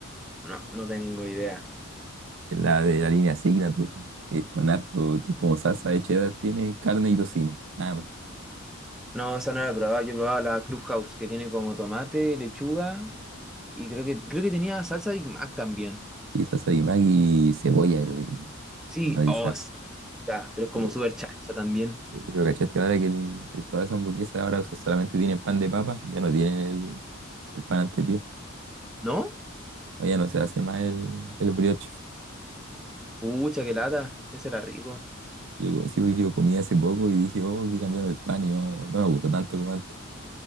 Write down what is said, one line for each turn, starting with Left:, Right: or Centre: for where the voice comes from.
Centre: No, no tengo idea.
Right: La de la línea Signature, que es con harto, es como salsa de cheddar, tiene carne y tocino, nada más.
Centre: No, esa no la he probado, yo he probado la Clubhouse, que tiene como tomate, lechuga, y creo que, creo que tenía salsa Big Mac también.
Right: Y salsa de Maggi y cebolla, creo que tiene.
Centre: Sí,
Right: Una brisa.
Centre: oh, es rica, pero es como
Right: Eh,
Centre: súper chancha también.
Right: sí, pero cachaste ahora que, el- que todas esas hamburguesas ahora so- solamente tienen pan de papa, ya no tienen el, el pan anterior.
Centre: ¿No?
Right: O ya no se hace más el, el brioche.
Centre: Pucha, qué lata, ese era rico.
Right: Yo, sí, porque yo comí hace poco y dije, oh, que he cambiado el pan y no, no me gusta tanto como antes.